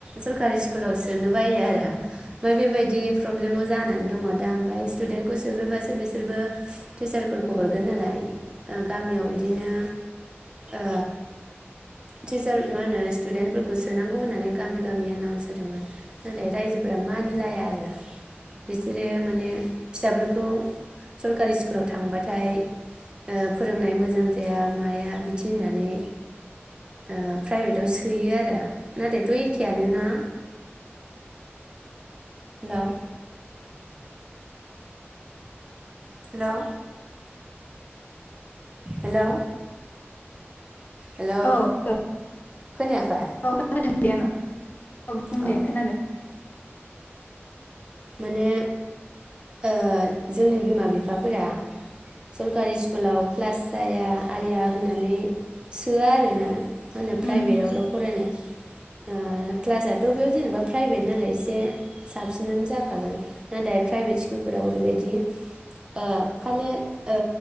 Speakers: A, on the right; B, on the left.
A: सरकारि सि लाव सोनो बायो आरो ओमफाय बेबायदि प्रब्लेमाव जानानै दङ दा ओमफाय स्टुदेन सोग्रोबासो बिसोरबो टिचारफोरखौ हरगोन नालाय ओ गामियाव इदिनो ओ टिचार मा होनो स्टुदेन्टफोरखौ सोनांगौ होननानै गामि गामि एनाउन्स होदोंमोन नाथाय रायजोफोरा मानिलाया आरो बिसोरो माने फिसाफोरखौ खौ सरकारि स्कुलाव थांबाथाय ओ फोरोंनाय मोजां जाया माया बिदि होननानै ओ प्राइभेटाव सो हैयो आरो नाथायथ' एक एखेयानो ना। लाव। हेलौ। हेलौ। हेलौ
B: औ <unintelligible>
A: खोनायाखै
B: खोनादों। दे आङो। अ बुं
A: औ
B: दे खोनादों।
A: माने ओ जोंनि बिमा बिफाफोरा सरकारि स्कुलाव क्लास जाया आरिया होननानै सोआ आरोना। मा होनो
B: उम
A: प्राइभेटआवल फरायनाय। ओ क्लासाथ बेयाव जेनेबा प्राइभेट नालाय एसे साबसिनानो जा खागोन नाथाय प्राइभेट स्कुलफोराव ओरैबायदि ओ खालि ओ